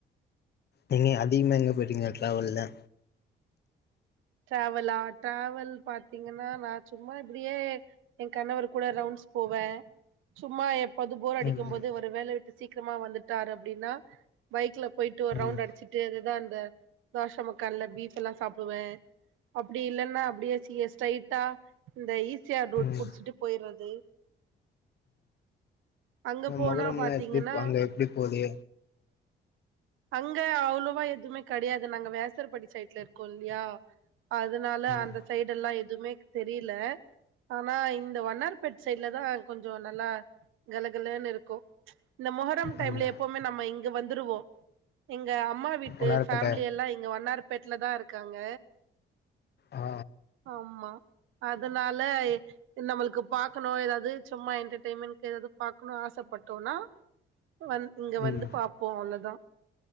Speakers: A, on the left; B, on the right.
A: நீங் அதிகமா எங்க போயிட்டீங்க இந் ஏத்ல அவுள்தா
B: ட்ராவலா டிராவல் பாத்தீங்கன்னா நா சும்மா இப்டியே ஏ கணவரு குட ரவுண்ட்ஸ் போவே சும்மா எப் அது போர் அடிக்கும்
A: ம் ம்
B: போது ஒரு வேல விட்டு சீக்கிரமா வந்துட்டாரு அப்டின்னா பைக்ல பொயிட்டு ஒரு
A: ம்
B: ரவுண்டு அடி வச்சிட்டு அதுதா அந்த தோஷ மக்கான்ல பீப் எல்லா சாப்புடுவே அப்படி இல்லன்னா அப்படியே சியே ஸ்ட்ரைட்டா இந்த இ சி ஆர் ரோட்
A: ம்
B: புடிச்சிட்டு போயற்து அங்க
A: ம்மே
B: போனா
A: மொகரம்ல்லா
B: பாத்தீங்கன்னா
A: எப்டி அங்க எப்டி போதே
B: அங்க அவ்வளோவா எதுவுமே கெடயாது நாங்க வேசரபாடி சைட்ல இருக்கோ இல்லியா அதனால
A: ம்
B: அந்த சைடெல்லா எதுமே தெரில ஆனா இந்த வன்னார்பேட் சைட்ல தா கொஞ்சோ நல்லா கலகலனு இருக்கோ இந்த மொகரம் டைம்ல
A: ஆமா
B: எப்பவுமே நம்ம இங் இங்க வந்துருவோ எங்க அம்மா வீட்டு
A: வண்ணாரப்பேட்ட
B: ஃபேமிலி எல்லா இங்க வன்னார் பேட்ல தா இருக்காங்க
A: அ ஆ
B: ஆமா அதனால நம்ளுக்கு பாக்கணு எதாது சும்மா என்டர்டெயின்மெண்டு எது பாக்குணு ஆசப்பட்டோனா வந் இங்க
A: ம்
B: வந்து பாப்போ அவ்ளதா